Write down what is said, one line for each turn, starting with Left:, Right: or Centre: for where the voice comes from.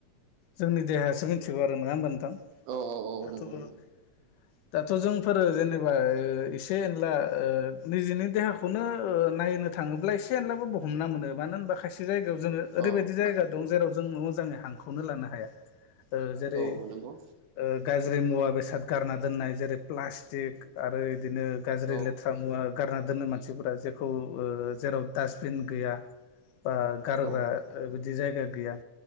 Left: जोंनि देहायासो मिथिगौ आरो मङा होमबथां
Right: औ
Left: दाथ'
Right: नंगौ नंगौ
Left: दाथ' जोंफोरो जेनेबा एसे एनला निजेनि देहाखौनो नायनो थाङोब्ला एसेब्लाबो ब हमना मोनो। मानो होनबा खायसे जायगायाव जोङो ओरैबायदि
Right: औ
Left: जायगा दं जेराव जों मोजाङै हांखौनो लानो हाया। ओ जेरै
Right: औ नंगौ
Left: ओ गाज्रि मुवा बेसाद गारना दोननाय जेरै प्लास्टिक आरो बिदिनो गाज्रि
Right: औ
Left: लेथ्रा मुवा गारना दोनो मानसिफोरा जेखौ ओ जेराव डास्टबिन गैया बा गारग्रा
Right: औ
Left: बिदि जायगा गैया